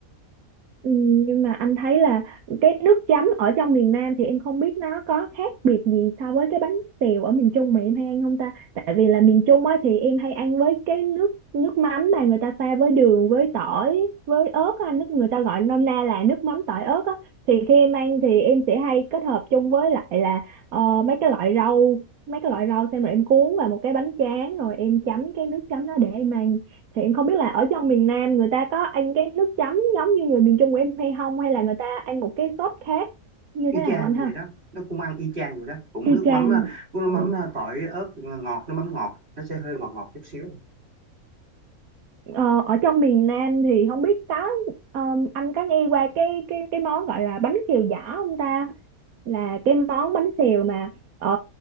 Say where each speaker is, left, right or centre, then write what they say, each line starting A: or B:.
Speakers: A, on the right; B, on the right.
A: ừm, Nhưng mà anh thấy là cái nước chấm ở trong miền Nam thì em không biết nó có khác biệt gì so với cái bánh xèo ở miền Trung mà em hay ăn không ta? Tại vì là miền Trung á thì em hay ăn với cái nước nước mắm mà người ta pha với đường, với tỏi, với ớt á, nước người ta gọi nôm na là nước mắm tỏi ớt á. Thì khi em ăn thì em sẽ hay kết hợp chung với lại là ờ, mấy cái loại rau mấy cái loại rau xem rồi em cuốn vào một cái bánh tráng rồi em chấm cái nước chấm đó để em ăn thì em không biết là ở trong miền Nam người ta có ăn cái nước chấm giống như người miền Trung của em hay không hay là người ta ăn một cái sốt khác như
B: y
A: thế
B: chang
A: nào anh
B: như
A: ha
B: vậy đó nó cũng ăn y chang vậy đó cũng
A: y
B: nước
A: chang
B: mắm
A: luôn
B: ờ,
A: à.
B: cũng nước mắm
A: Ồ.
B: ờ, tỏi ớt ngọt nước mắm ngọt nó sẽ hơi ngọt ngọt chút xíu
A: ờ, ở trong miền Nam thì không biết có ờ, anh có nghe qua cái cái cái món gọi là bánh xèo giỏ không ta là cái món bánh xèo mà ờ,